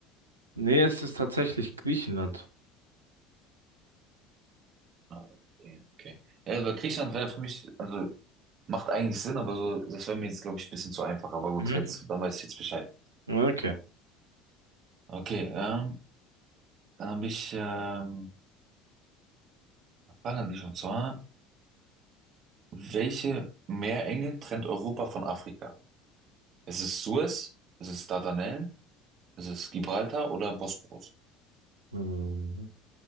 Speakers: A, on the right; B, on the right.
A: Nee, es ist tatsächlich Griechenland.
B: Ah, Okay, okay. Ja, weil Griechenland wäre für mich, also macht eigentlich Sinn, aber so, das wäre mir jetzt, glaube ich, ein bisschen zu einfach. Aber gut,
A: Mhm.
B: jetzt, dann weiß ich jetzt Bescheid.
A: Okay.
B: Okay, ähm, dann habe ich ähm, Fragen an dich und zwar, welche Meerenge trennt Europa von Afrika? Ist es Suez? Ist es Dardanellen? Ist es Gibraltar oder Bosporus?
A: Hm.